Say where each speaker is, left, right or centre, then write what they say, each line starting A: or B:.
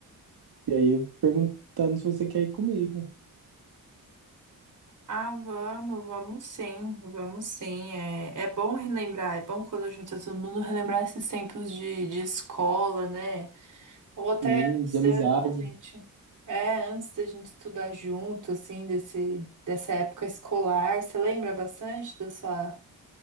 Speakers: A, on the right; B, on the right.
A: E aí, eu perguntando se você quer ir comigo.
B: Ah, vamos, vamos sim, vamos sim. É, é bom relembrar, é bom quando a gente tá todo mundo relembrar esses tempos de, de escola, né? Ou até
A: Sim,
B: antes,
A: de amizade.
B: antes da gente. É, antes da gente estudar junto, assim, desse, dessa época escolar. Você lembra bastante da sua,